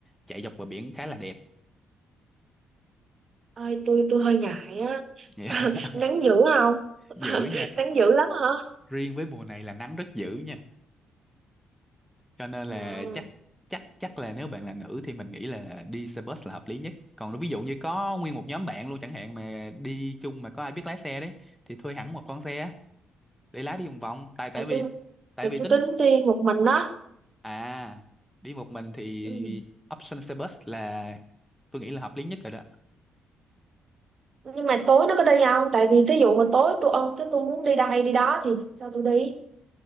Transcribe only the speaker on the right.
ơi tôi tôi hơi ngại á
<laughs> nắng dữ không
<laughs>
nắng dữ lắm hả
wow.
là
tôi
là
tôi
tính đi một mình đó
ừ.
nhưng mà tối nó có đi không tại vì thí dụ mà tối tôi ân cái tôi muốn đi đây đi đó thì sao tôi đi